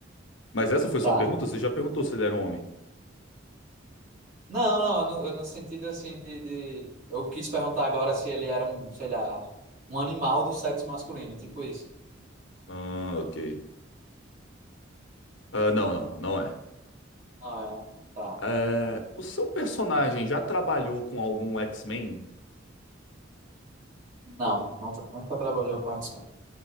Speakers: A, on the left; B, on the right.
A: Mas essa foi sua
B: tá.
A: pergunta? Você já perguntou se ele era um homem?
B: Não, não, no, no sentido assim de, de. Eu quis perguntar agora se ele era um, sei lá, um animal do sexo masculino, tipo isso.
A: Ah, ok. Ah, não, não, não é.
B: Não, é, tá.
A: É, o seu personagem já trabalhou com algum X-Men?
B: Não, não tra- nunca trabalhou com x